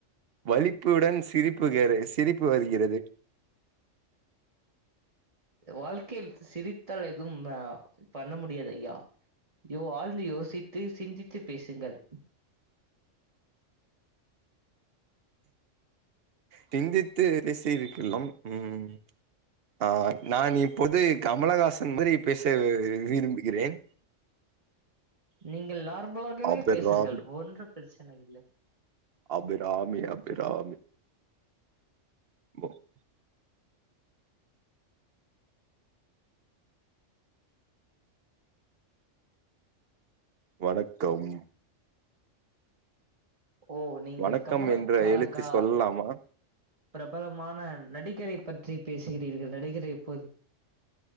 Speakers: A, on the right; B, on the right.
A: வலிப்புடன் சிரிப்புகேரேசி திரிப்பு வருகிறது
B: வாழ்க்கையில் சிரித்தால் எதுவும் ஆ பண்ண முடியாது ஐயா யோ ஆழ்ந்து யோசித்து சிந்தித்து பேசுங்கள்
A: திந்தித்து பேசீரு இல்லம் உம் ஆஹ் நான் இப்பொது கமலகாச சன் மாரி பேச விரும்புகிறேன்
B: நீங்கள் ல்லாரூம் வகமே
A: அபிராமி
B: பேசுங்கள் ஒன்று பெர்ச்சன்னையில்லை
A: அபிராமி அபிராமி <unintelligible> வணக்கம்
B: ஓ நீங்கள்
A: வணக்கம்
B: கமல
A: என்ற
B: க
A: எழுத்து
B: கா
A: சொல்லலாமா
B: பிரபலமான நடிகரை பற்றி பேசுகிறீர்கள் நடக்கிற எப்போது